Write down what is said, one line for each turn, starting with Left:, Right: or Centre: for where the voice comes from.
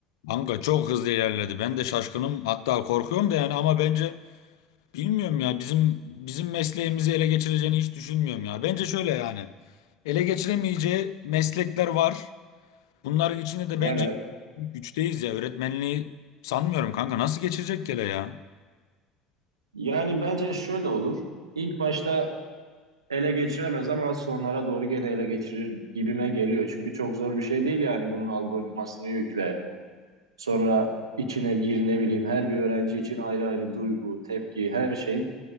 Left: Kanka çok hızlı ilerledi. Ben de şaşkınım. Hatta korkuyorum da yani ama bence bilmiyorum ya. Bizim bizim mesleğimizi ele geçireceğini hiç düşünmüyorum ya. Bence şöyle yani. Ele geçiremeyeceği meslekler var. Bunların içinde de
Right: Neler?
Left: bence ilk üçteyiz ya. Öğretmenliği sanmıyorum kanka. Nasıl geçirecek gele ya?
Right: Yani bence şöyle olur. İlk başta ele geçiremez ama az sonlara doğru gene ele geçirir gibime geliyor. Çünkü çok zor bir şey değil yani bunun algoritmasını yükle. Sonra içine gir ne bileyim her bir öğrenci için ayrı ayrı duygu, tepki, her şeyin